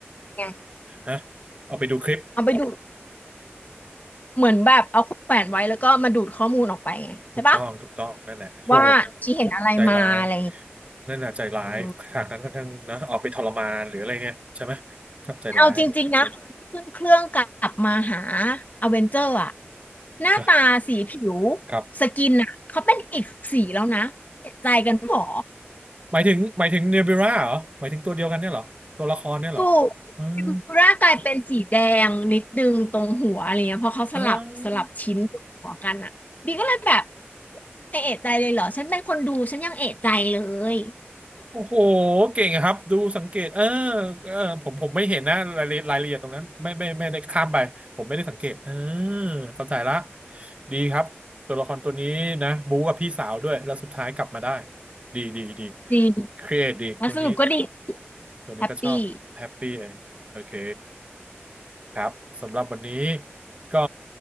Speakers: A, on the left (about 40°); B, on the right (about 30°).
A: ไง
B: ฮะเอาไปดูคลิป
A: เอาไปดู เหมือนแบบเอาแขวนไว้แล้วก็มาดูดข้อมูลออกไปไงใช่ปะ
B: ถูกต้องถูกต้องนั่นแหละโหด
A: ว่าชีเห็นอะไรมาอะไรอย่างเงี้ย
B: ใจร้ายนั่นน่ะใจร้ายฉากนั้นก็ทั้งนะเอาไปทรมานหรืออะไรเนี่ยใช่ไหม
A: เออ
B: ครับใจร้ายน
A: เอาจริงๆนะคนที่ขึ้นเครื่องกลับมาหาอเวนเจอร์อะหน้าตาสีผิว
B: ะครับ
A: สกินอะเขาเป็นอีกสีแล้วนะเอีใจกันหมอ
B: หมายถึงหมายถึงเนบิวราเหรอหมายถึงตัวเดียวกันเนี่ยเหรอตัวละครเนี่ยเหรอ
A: ถูกฟิบูร่ากลายเป็นสีแดงนิดนึงตรงหัวอะไรเงี้ยเพราะเขาสลับสลับชิ้นตรงหัวกันอะบีก็เลยแบบ
B: อืมอ่า
A: เอะใจเลยเหรอฉันเป็นคนดูฉันยังเอะใจเลย
B: โอ้โหเก่งอะครับดูสังเกตเออเออผมผมไม่เห็นนะรายละเอียดรายละเอียดตรงนั้นไม่ไม่ไม่ได้ข้ามไปผมไม่ได้สังเกตเออเข้าใจละดีครับตัวละครตัวนี้นะบู๊กับพี่สาวด้วยแล้วสุดท้ายกลับมาได้ดีดีดี
A: จริง
B: ครีเอทดีตัวนี้
A: แล้วสรุปก็ดี
B: ตัวนี้ก็ชอบแฮปปี้เอนโอเค
A: แฮปปี้
B: ครับสำหรับวันนี้ก็